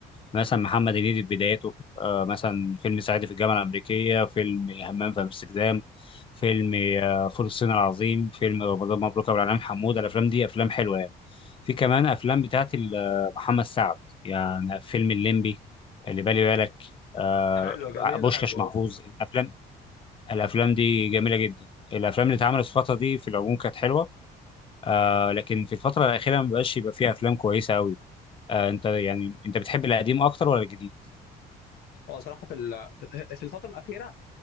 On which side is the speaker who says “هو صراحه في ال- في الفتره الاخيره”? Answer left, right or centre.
Left